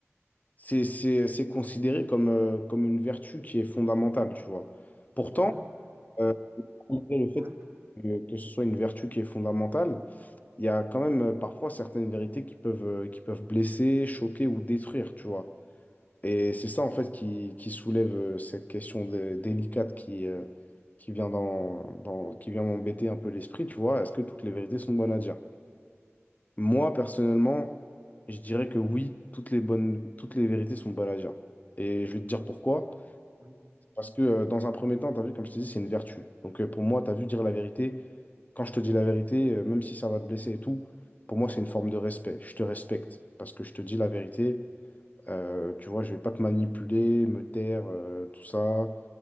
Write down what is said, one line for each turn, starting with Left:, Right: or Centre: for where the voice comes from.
Left: C'est, c'est, c'est considéré comme, euh, comme une vertu qui est fondamentale, tu vois. Pourtant,
Right: Ouais,
Left: euh, malgré le fait
Right: oui.
Left: que, que ce soit une vertu qui est fondamentale, il y a quand même euh, parfois certaines vérités qui peuvent, euh, qui peuvent blesser, choquer ou détruire, tu vois. Et c'est ça, en fait, qui, qui soulève euh, cette question dé- délicate qui, euh, qui vient dans, dans- qui vient m'embêter un peu l'esprit, tu vois. Est-ce que toutes les vérités sont bonnes à dire? Moi, personnellement, je dirais que oui, toutes les bonnes, toutes les vérités sont bonnes à dire. Et je vais te dire pourquoi.
Right: oui,
Left: Parce que euh, dans un premier temps, tu as vu, comme je t'ai dit, c'est une vertu. Donc euh, pour moi, tu as vu dire la vérité. Quand je te dis la vérité, euh, même si ça va te blesser et tout, pour moi, c'est une forme de respect. Je te respecte parce que je te dis la vérité. Euh, tu vois, je vais pas te manipuler, me taire, euh, tout ça.